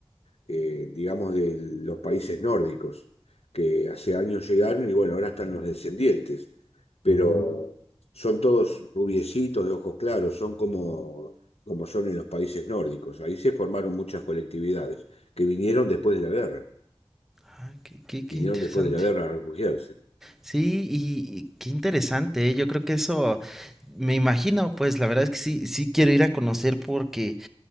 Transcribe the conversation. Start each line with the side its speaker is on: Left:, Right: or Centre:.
Left: eh, digamos, de los países nórdicos, que hace años llegaron y bueno, ahora están los descendientes, pero son todos rubiecitos de ojos claros, son como, como son en los países nórdicos. Ahí se formaron muchas colectividades que vinieron después de la guerra,
Centre: Ah, qué, qué- qué
Left: vinieron
Centre: interesante.
Left: después de la guerra a refugiarse.
Centre: Sí, y, y qué interesante, ¿eh? Yo creo que eso, me imagino, pues la verdad es que sí, sí quiero ir a conocer porque